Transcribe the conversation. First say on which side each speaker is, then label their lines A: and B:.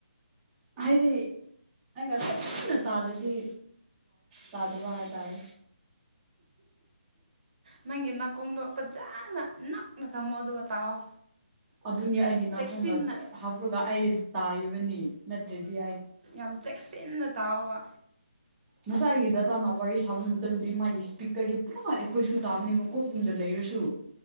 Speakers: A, on the right; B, on the right.
A: ꯍꯥꯏꯗꯤ ꯑꯩꯒ ꯀꯅ ꯇꯥꯗꯗꯤ ꯇꯥꯗꯕ ꯍꯥꯏꯇꯥꯔꯦ
B: ꯅꯪꯒꯤ ꯅꯥꯀꯣꯡꯗꯣ ꯐꯖꯅ ꯅꯛꯅ ꯊꯝꯃꯣ ꯑꯗꯨꯒ ꯇꯥꯛꯑꯣ
A: ꯑꯗꯨꯅꯤ ꯑꯩꯒꯤ ꯅꯥꯀꯣꯡꯗ
B: ꯆꯦꯛꯁꯤꯟꯅ
A: ꯍꯥꯞꯄꯒ ꯑꯩ ꯇꯥꯔꯤꯕꯅꯤ ꯅꯠꯇ꯭ꯔꯦꯗꯤ
B: ꯌꯥꯝ ꯆꯦꯛꯁꯤꯟꯅ ꯇꯥꯎꯕ
A: ꯃꯆꯥꯒꯤ ꯗꯗꯥꯇꯥꯅ ꯋꯥꯔꯤ ꯁꯥꯕ ꯃꯇꯝꯗꯗꯤ ꯃꯥꯒꯤ ꯏꯁꯄꯤꯀꯔꯗꯤ ꯄꯨꯔꯥ ꯑꯩꯈꯣꯏꯁꯨ ꯇꯥꯕꯅꯤꯕꯀꯣꯠꯂꯣꯨꯝꯗ ꯂꯩꯔꯁꯨ